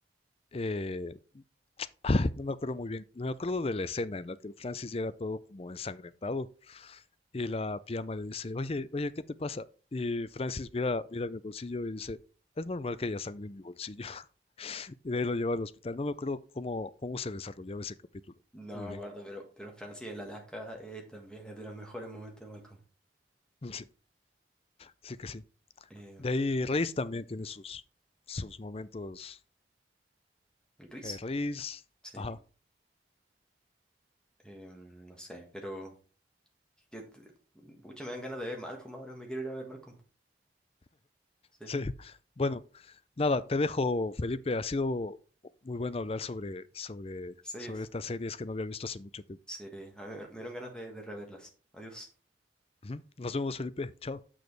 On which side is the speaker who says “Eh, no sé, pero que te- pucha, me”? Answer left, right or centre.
Centre